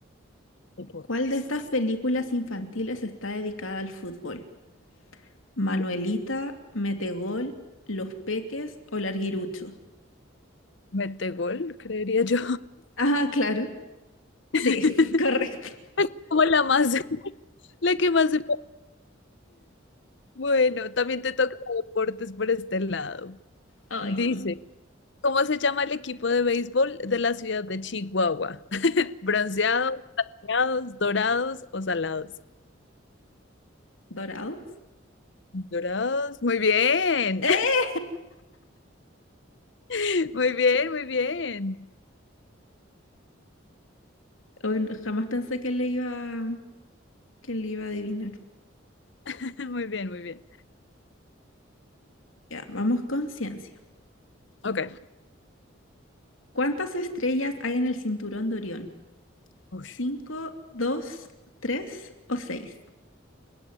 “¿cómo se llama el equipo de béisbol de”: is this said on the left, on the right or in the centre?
Left